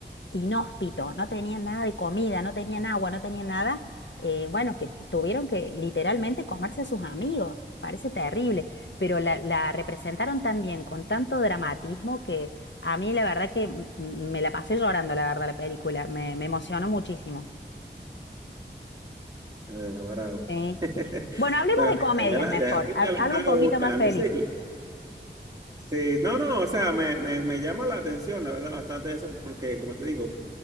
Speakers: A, on the left; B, on the right.
A: inhóspito, no tenían nada de comida, no tenían agua, no tenían nada, eh, bueno, que tuvieron que literalmente comerse a sus amigos, parece terrible, pero la, la representaron también con tanto dramatismo que a mí la verdad que m- m- me la pasé llorando, la verdad, la película, me, me emocionó muchísimo.
B: eh, enamorado.
A: Sí.
B: <laughs>
A: Sí. Bueno, hablemos
B: Bueno,
A: de
B: mira,
A: comedias
B: ya la,
A: mejor,
B: ya ahorita
A: a-
B: la
A: algo
B: estaba
A: un poquito
B: buscando,
A: más feliz.
B: sí. Sí, no, no, o sea, me, me, me llama la atención, la verdad, bastante eso, porque como te digo,